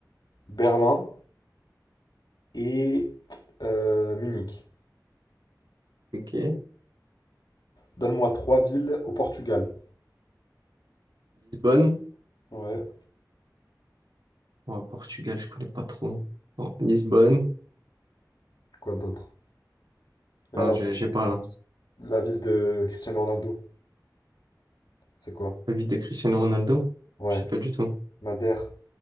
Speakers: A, on the left; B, on the right.
A: Berlin et euh, Munich.
B: Ok.
A: Donne-moi trois villes au Portugal.
B: Lisbonne.
A: Ouais,
B: Oh, Portugal, je connais pas trop. Non, Lisbonne.
A: quoi d'autre? Regarde
B: Non, j'ai
A: un
B: j'ai pas
A: truc.
B: là.
A: La ville de Cristiano Ronaldo. C'est quoi?
B: La ville de Cristiano Ronaldo?
A: Ouais,
B: Je sais pas du tout.
A: Madère,